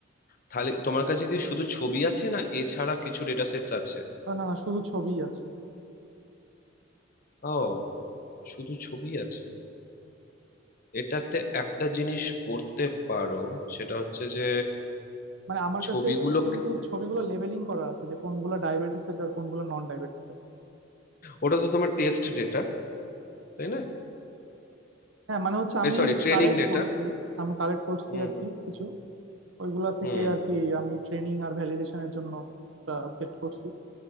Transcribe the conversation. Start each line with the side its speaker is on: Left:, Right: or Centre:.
Left: তাহলে তোমার কাছে কি শুধু ছবি আছে না এছাড়া কিছু ডেটা সেটস আছে
Right: আহ, না না শুধু ছবিই আছে
Left: ও শুধু ছবি আছে এটাতে একটা জিনিস করতে পারো সেটা হচ্ছে যে
Right: মানে আমার
Left: ছবিগুলো
Right: কাছে কিন্তু ছবিগুলো লেবেলিং করা আছে যে কোনগুলো ডায়াবেটিস এর আর কোনগুলো নন ডায়াবেটিস এর
Left: ওটা তো তোমার টেস্ট ডেটা তাই না
Right: হ্যাঁ মানে হচ্ছে আমি
Left: এই সরি ট্রেনিং
Right: কালেক্ট
Left: ডেটা
Right: করছি আমি কালেক্ট করছি
Left: হুম
Right: আর
Left: হুম
Right: কি কিছু ওইগুলা থেকে
Left: হুম
Right: আর কি আমি ট্রেনিং আর ভ্যালিডেশনের জন্য ওটা সেট করছি